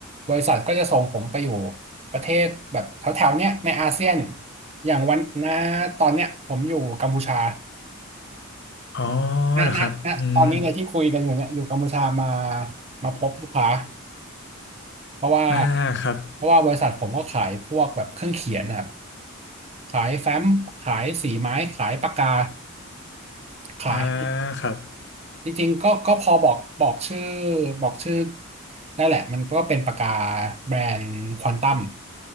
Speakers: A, on the right; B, on the left.
A: บริษัทก็จะส่งผมไปอยู่ประเทศแบบแถวๆเนี้ยในอาเซียน อย่างวันนะตอนเนี้ยผมอยู่กัมพูชา
B: อ๋อ
A: ณณณตอนนี้เลยที่คุยกันอยู่เนี่ยอยู่กัมพูชามา
B: เหรอครับอืม
A: มาพบลูกค้าเพราะว่า
B: อ่าครับ
A: เพราะว่าบริษัทผมก็ขายพวกแบบเครื่องเขียนนะครับขายแฟ้มขายสีไม้ขายปากกาขาย
B: อ่าครับ
A: จริงๆก็ก็พอบอกบอกชื่อบอกชื่อได้แหละมันก็เป็นปากกาแบรนด์ควอนตัม